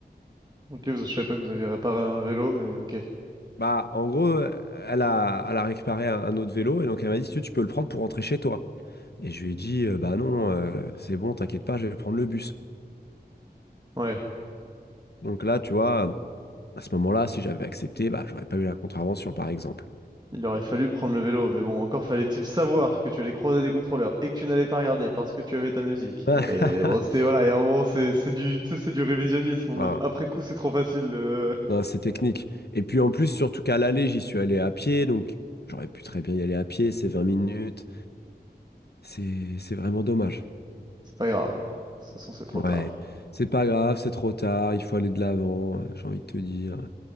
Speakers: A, on the right (about 25°); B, on the left (about 70°).
A: Ok, vous- je savais pas que vous aviez réparé un vélo, mais ok.
B: Bah en gros, euh, elle a, elle a réparé un, un autre vélo et donc elle m'a dit, si tu veux, tu peux le prendre pour rentrer chez toi. Et je lui ai dit, euh, bah non, euh, c'est bon, t'inquiète pas, je vais prendre le bus.
A: Ouais.
B: Donc là, tu vois, à ce moment-là, si j'avais accepté, bah j'aurais pas eu la contravention, par exemple.
A: Il aurait fallu prendre le vélo, mais bon, encore fallait-il savoir que tu allais croiser des contrôleurs et que tu n'allais pas regarder parce que tu avais ta musique.
B: <laughs>
A: Et bon, c'était, voilà, il y a un moment, c'est, c'est du, tu sais, c'est du révisionnisme en mode
B: Ouais,
A: après coup, c'est trop facile de...
B: Non, c'est technique. Et puis en plus, surtout qu'à l'aller, j'y suis allé à pied, donc j'aurais pu très bien y aller à pied, c'est 20 minutes. C'est c'est vraiment dommage.
A: C'est pas grave. De toute façon, c'est trop
B: Ouais,
A: tard.
B: c'est pas grave, c'est trop tard, il faut aller de l'avant, euh, j'ai envie de te dire.